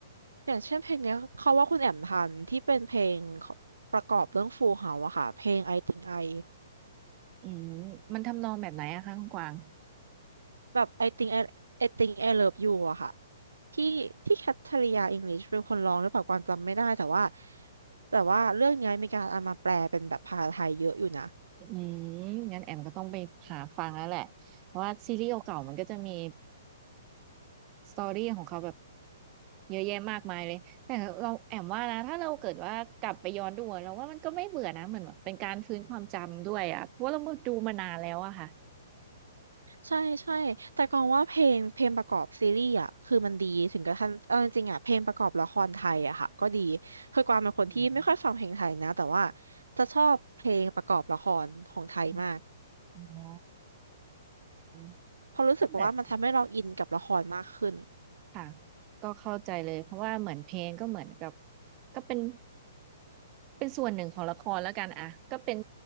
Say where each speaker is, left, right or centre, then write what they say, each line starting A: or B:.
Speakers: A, on the right; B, on the right.
A: อย่างเช่นเพลงเนี้ยเขาว่าคุณแอมทันที่เป็นเพลงของประกอบเรื่องฟูเฮาอะค่ะเพลง I Think I
B: อืมมันทำนองแบบไหนอะคะคุณกวาง
A: แบบ I Think I I Think I Love You อะค่ะที่ที่แคทริยาอิงลิชเป็นคนร้องหรือเปล่ากวางจำไม่ได้แต่ว่าแต่ว่าเรื่องเนี้ยมีการเอามาแปลเป็นแบบภาษาไทยเยอะอยู่นะ
B: อืมงั้นแอมก็ต้องไปหาฟังแล้วแหละเพราะว่าซีรีส์เก่าๆมันก็จะมี สตอรี่ของเขาแบบเยอะแยะมากมายเลย แต่เราแอมว่านะ ถ้าเราเกิดว่ากลับไปย้อนดูอะเราว่ามันก็ไม่เบื่อนะเหมือนแบบเป็นการฟื้นความจำด้วยอ่ะเพราะว่าเราดูมานานแล้วอะค่ะ
A: ใช่ใช่แต่กองว่าเพลงเพลงประกอบซีรีส์อะคือมันดีถึงกระทั่งเอาจริงๆอะเพลงประกอบละครไทยอะค่ะก็ดีคือกวางเป็นคนที่ไม่ค่อยฟังเพลงไทยนะแต่ว่า
B: อืม
A: จะชอบเพลงประกอบละครของไทยมาก
B: อืมอ๋ออืม
A: เพราะรู้สึกว่ามันทำให้เราอินกับละครมากขึ้น
B: ก็เหมือนค่ะก็เข้าใจเลย เพราะว่าเหมือนเพลงก็เหมือนกับก็เป็นเป็นส่วนหนึ่งของละครแล้วกันอะก็เป็น